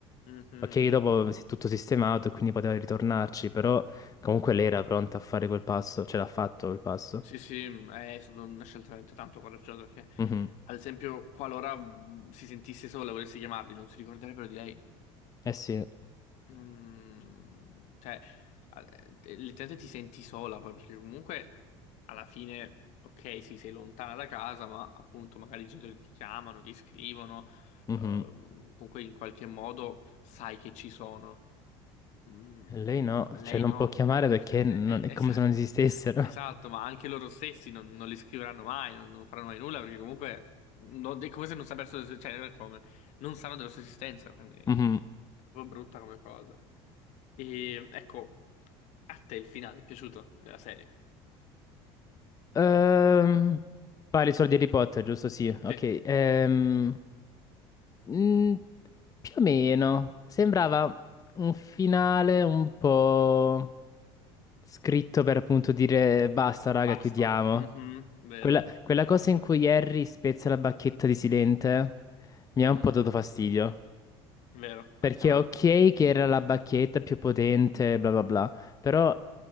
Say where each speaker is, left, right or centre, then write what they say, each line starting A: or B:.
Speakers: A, on the left; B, on the left.
A: Mhm.
B: Ok, dopo si è tutto sistemato e quindi poteva ritornarci, però comunque lei era pronta a fare quel passo, ce l'ha fatto quel passo.
A: Sì, sì, è stata una scelta veramente tanto coraggiosa perché,
B: Mhm,
A: ad esempio, qualora mh, si sentisse sola e volesse chiamarli, non si ricorderebbero di lei.
B: Eh sì.
A: Non... Cioè, a- eh, letteralmente ti senti sola poi perché comunque alla fine, ok, sì, sei lontana da casa, ma appunto magari i genitori ti chiamano, ti scrivono,
B: Mhm.
A: ehm, comunque in qualche modo sai che ci sono. Mm,
B: Lei no,
A: lei
B: cioè non
A: no,
B: può chiamare
A: <laughs>
B: perché non-
A: Eh, eh,
B: è
A: es-
B: come se non esistessero.
A: <laughs> esatto, ma anche loro stessi non, non li scriveranno mai, non, non faranno mai nulla perché comunque non- è come se non sapessero, se- cioè non è come, non sanno della sua esistenza, quindi è
B: Mhm.
A: proprio brutta come cosa. E ecco, a te il finale è piaciuto della serie?
B: Ehm, parli solo di Harry Potter, giusto? Sì, ok.
A: Sì,
B: Ehm, mm, più o meno, sembrava un finale un po' scritto per appunto dire basta, raga,
A: basta,
B: chiudiamo.
A: Mhm, vero,
B: Quella, quella cosa in cui Harry spezza la bacchetta di Silente mi ha un
A: Mhm,
B: po' dato fastidio.
A: vero,
B: Perché
A: anche a me.
B: ok che era la bacchetta più potente, bla bla bla, però